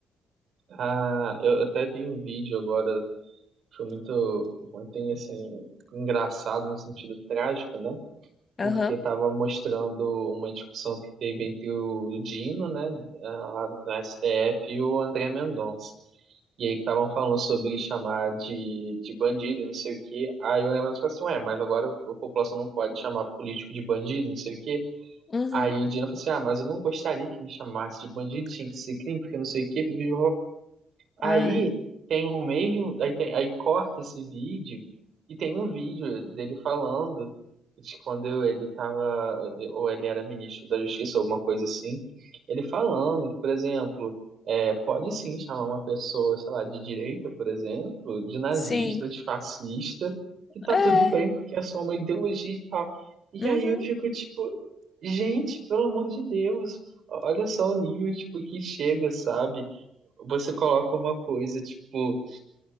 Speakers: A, on the right; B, on the left.
A: ah eu até vi um vídeo agora Foi muito, ontem, assim, engraçado no sentido trágico, né?
B: Aham.
A: Porque estava mostrando uma discussão que teve entre o Dino, né, ah, lá do STF, e o André Mendonça. E aí que estavam falando sobre chamar de, de bandido e não sei o quê. Aí o André Mendonça falou assim, ué, mas agora a população não pode chamar político de bandido, não sei o quê.
B: Uhum.
A: Aí o Dino falou assim, ah, mas eu não gostaria que me chamasse de bandido, tinha que ser crime, porque não sei o quê, pipi, Aí
B: Ai,
A: tem o mesmo, aí tem, aí corta esse vídeo e tem um vídeo dele falando de quando ele tava, de- ou ele era ministro da Justiça, alguma coisa assim, ele falando que, por exemplo, é, pode sim chamar uma pessoa, sei lá, de direita, por exemplo, de nazista,
B: sim.
A: de fascista, que tá
B: É.
A: tudo bem porque é só uma ideologia e tal. E
B: Uhum.
A: aí eu fico tipo, gente, pelo amor de Deus, olha só o nível tipo que chega, sabe? você coloca uma coisa, tipo,